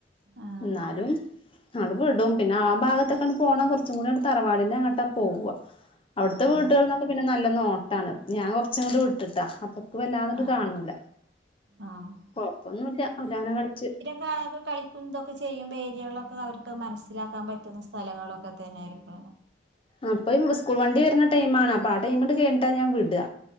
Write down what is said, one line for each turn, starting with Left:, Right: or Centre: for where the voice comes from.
Right: ആഹ്
Left: ന്നാലും അത് വിടും പിന്നെ ആ ഭാഗത്തക്കൺ പോണ കുറച്ചും കൂടെ തറവാടിന്റെ അങ്ങട്ട പോവാ അവിട്ത്തെ
Right: ആഹ്
Left: വീട്ടേൾന്നൊക്കെ പിന്ന നല്ല നോട്ടാണ് ഞാൻ കൊറച്ച്ങ്ട്ട് വിട്ട്ട്ടാ അപ്പ വല്ലാതണ്ട്
Right: ആഹ്
Left: കാണൂല
Right: ആഹ്
Left: കൊഴപ്പൊന്നുല്ല അവലാന കളിച്ച്
Right: വാത് കളിക്കും തൊക്കെ ചെയ്യുമ്പേരിയളൊക്കെ അവർക്ക് മനസ്സിലാക്കാൻ പറ്റുന്ന സ്ഥലങ്ങളൊക്കെ തന്നേരിപ്പോ
Left: അപ്പം സ്കൂൾ വണ്ടി വര്ന്ന ടൈമാണ് അപ്പോ ആ ടൈമട്ട് കയി ഞ്ഞിട്ടാ ഞാൻ വിടാ